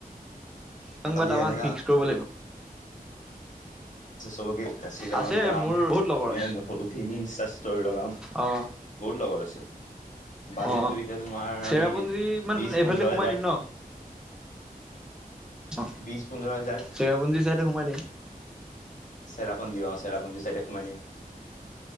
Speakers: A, in the centre; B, on the left (about 55°).
A: সংবাদ
B: পালি
A: তাৱাং
B: এনেকা
A: ফিক্স কৰিব লাগিব
B: ছে চবকে শ্বিলঙত
A: আছে
B: যাম
A: মোৰ বহুত লগৰ
B: ধুনীয়া
A: আছে
B: ধুনীয়া ফটো উঠিম ইনষ্টা ষ্টৰ লগাম
A: অ
B: বহুত লগৰ আছে বাজেটটো
A: অ
B: এতিয়া তোমাৰ
A: চেৰাপুঞ্জী
B: আমি
A: মান
B: বিশ
A: এইফালেদি
B: পোন্ধৰ
A: সোমাই
B: হাজাৰ
A: দিম ন অ
B: বিশ পোন্ধৰ হাজাৰ
A: শেৰাপুঞ্জী চাইডে সোমাই দি
B: চেৰাপুঞ্জী অ চেৰাপুঞ্জী চাইতে সোমাই দিম